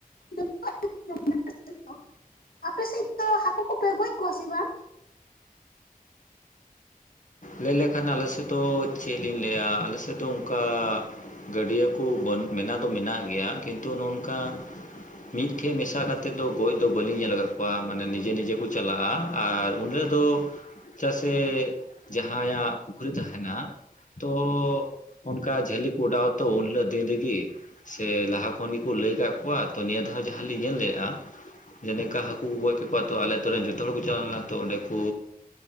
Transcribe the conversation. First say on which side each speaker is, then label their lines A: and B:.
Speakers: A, on the left; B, on the left.
A: <unintelligible> ᱟᱯᱮ ᱥᱮᱫ ᱫᱚ ᱦᱟᱹᱠᱩ ᱠᱚᱯᱮ ᱜᱚᱡ ᱠᱚᱣᱟ ᱥᱮ ᱵᱟᱝ
B: ᱞᱟᱹᱭ ᱞᱮᱠᱷᱟᱱ ᱟᱞᱮ ᱥᱮᱫ ᱫᱚ ᱪᱮ ᱞᱤᱧ ᱞᱟᱹᱭᱟ? ᱟᱞᱮ ᱥᱮᱫ ᱫᱚ ᱚᱱᱠᱟ ᱜᱟᱹᱰᱭᱟᱹ ᱠᱚ ᱢᱮᱱᱟᱜ ᱫᱚ ᱢᱮᱱᱟᱜ ᱜᱮᱭᱟ ᱠᱤᱱᱛᱩ ᱱᱚᱝᱠᱟ ᱢᱤᱫ ᱴᱷᱮᱡ ᱢᱮᱥᱟ ᱠᱟᱛᱮᱫ ᱫᱚ ᱜᱚᱡ ᱫᱚ ᱵᱟᱹᱞᱤᱧ ᱧᱮᱞ ᱟᱠᱟᱫ ᱠᱚᱣᱟ ᱢᱟᱱᱮ ᱱᱤᱡᱮ ᱱᱤᱡᱮ ᱠᱚ ᱪᱟᱞᱟᱜᱼᱟ ᱟᱨ ᱩᱱ ᱦᱤᱞᱚᱜ ᱫᱚ ᱪᱟ ᱥᱮ ᱡᱟᱦᱟᱸᱭᱟᱜ ᱯᱩᱠᱷᱨᱤ ᱛᱟᱦᱮᱱᱟ᱾ ᱛᱚ ᱩᱱᱠᱟ ᱡᱷᱟᱹᱞᱤ ᱠᱚ ᱩᱴᱟᱣ ᱛᱚ ᱩᱱᱦᱤᱞᱚᱜ ᱫᱤᱱ ᱨᱤᱜᱤ ᱥᱮ ᱞᱟᱦᱟ ᱠᱷᱚᱱ ᱜᱮᱠᱚ ᱞᱟᱹᱭ ᱠᱫ ᱠᱚᱣᱟ ᱱᱤᱭᱟᱹ ᱫᱷᱟᱣ ᱡᱟᱦᱟᱸᱞᱤᱧ ᱧᱮᱞ ᱞᱮᱼᱟ᱾ ᱡᱮ ᱞᱮᱠᱟ ᱦᱟᱹᱠᱩ ᱠᱩ ᱜᱚᱡ ᱠᱮᱫ ᱠᱚᱣᱟ ᱛᱚ ᱟᱞᱮ ᱟᱹᱛᱩᱨ ᱨᱮᱱ ᱡᱚᱛᱚ ᱦᱚᱲ ᱠᱚ ᱪᱟᱞᱟᱣ ᱞᱮᱱᱟ᱾ ᱛᱚ ᱚᱸᱰᱮ ᱠᱩ